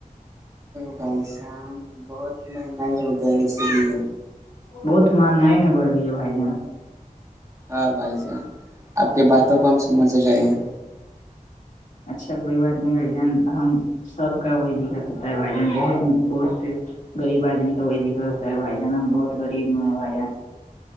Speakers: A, on the right (about 20°); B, on the left (about 55°).
A: بھائی شان بہت مہنگائی ہو گیا ہے اس لیے
B: بہت مہنگائی نہ بڑھ گئی ہے بھائی جن
A: ہاں بھائی جان آپ کی باتوں کو ہم سمجھ رہے ہیں-
B: اچھا کوئی بات نہیں گارجین ہم- سب کا وہی دقت ہوتا ہے بھائی جان بہت بہت- غریب آدمی کا وہی دقت ہوتا ہے بھائی جان ہم بہت غریب ن ہے بھائی جان-